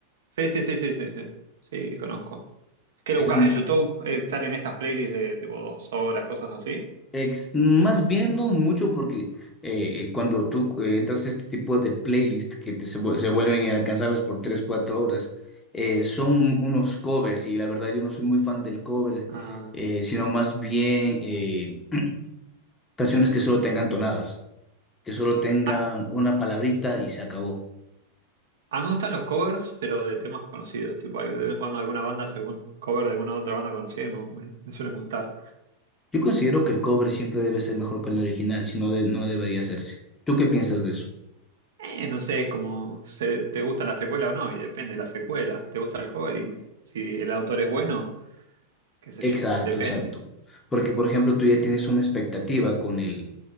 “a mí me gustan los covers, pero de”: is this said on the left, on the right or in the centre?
Right